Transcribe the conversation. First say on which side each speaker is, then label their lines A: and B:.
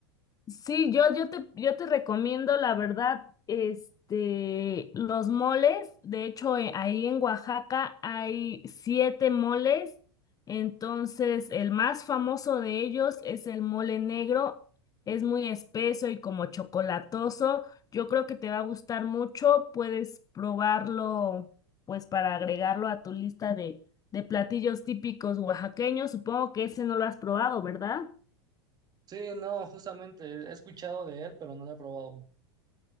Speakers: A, on the left (about 25°); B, on the right (about 30°).
A: Sí, yo, yo te, yo te recomiendo, la verdad, este, los moles. De hecho, eh, ahí en Oaxaca hay siete moles. Entonces, el más famoso de ellos es el mole negro. Es muy espeso y como chocolatoso. Yo creo que te va a gustar mucho. Puedes probarlo, pues, para agregarlo a tu lista de, de platillos típicos oaxaqueños. Supongo que ese no lo has probado, ¿verdad?
B: Sí, no, justamente he escuchado de él, pero no lo he probado.